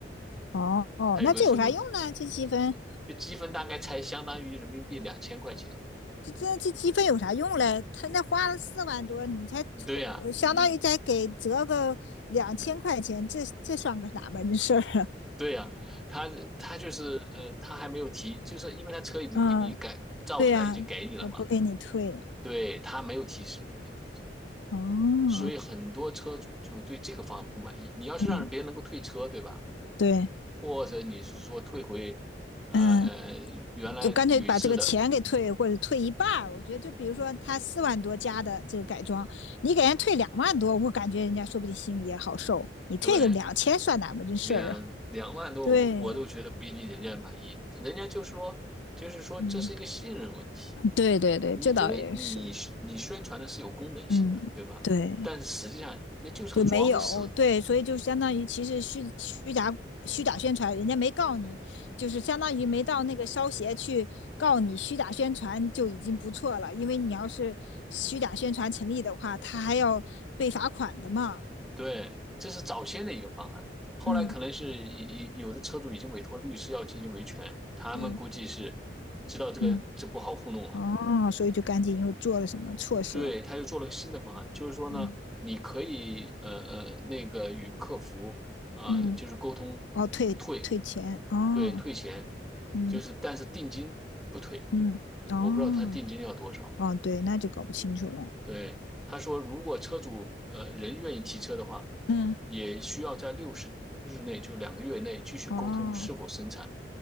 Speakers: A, on the left; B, in the centre.
A: 哦哦，
B: 还有个什么
A: 那这有啥用呢？这积分
B: 这积分大概才相当于人民币两千块钱。
A: 这这这积分有啥用嘞？他那花了四万多，你才
B: 对呀，
A: 呃相当于再给折个两千块钱，
B: 你
A: 这这算个哪门子事儿啊？
B: 对呀，他他就是呃，他还没有提，就是因为他车已经给你改造出来，
A: <laughs> 嗯，对呀、
B: 已经给你了嘛，
A: 他不给你退。
B: 对，他没有提是不是可以退车。
A: 哦，
B: 所以很多车主就对这个方案不满意。你要是让别人能够退车，
A: 嗯，
B: 对吧？
A: 对，
B: 或者你是说退回，呃，
A: 嗯，
B: 呃原来铝制的，
A: 就干脆把这个钱给退，或者退一半儿。我觉得，就比如说他四万多加的这个改装，你给人退两万多，我感觉人家说不定心里也好受。你退个两千算哪门子事儿啊？
B: 对，两两万多我都觉得不一定人家满意。
A: <laughs> 对，
B: 人家就说，就是说这是一个信任问题。
A: 嗯，对对对，
B: 你因为你你宣传的是有功能性的，
A: 这倒也是，嗯，
B: 对吧？
A: 对。
B: 但是实际上那就是个装饰，
A: 就没有，对，所以就相当于其实虚虚假虚假宣传，人家没告你，就是相当于没到那个烧协去告你虚假宣传就已经不错了，因为你要是虚假宣传成立的话，他还要被罚款的嘛。
B: 对，这是早先的一个方案，后来可能是以以有的车主已经委托律师要进行维权，
A: 嗯
B: 他们估计是知道这个这不好糊弄了，
A: 嗯嗯，嗯哦，所以就赶紧又做了什么措施了？
B: 对，他又做了个新的方案，就是说呢，
A: 嗯
B: 你可以呃呃那个与客服呃就是沟通
A: 嗯，哦，退退钱，
B: 退，
A: 哦，
B: 对，退钱，
A: 嗯
B: 就是但是定金不退，
A: 嗯，哦
B: 我不知道他定金要多少，
A: 哦，对，那就搞不清楚了。
B: 对，他说如果车主呃人愿意提车的话，
A: 嗯，
B: 也需要在六十日内，就两个月内继续沟通是否生产，
A: 哦